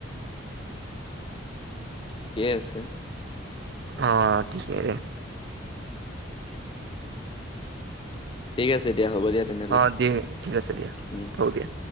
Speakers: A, on the left; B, on the right.
A: ঠিকেই আছে
B: অহ ঠিকেই
A: ঠিক আছে দিয়া হ'ব দিয়া তেনেহ'লে
B: অহ দি ঠিক আছে দিয়া
A: উম
B: থওঁ দিয়া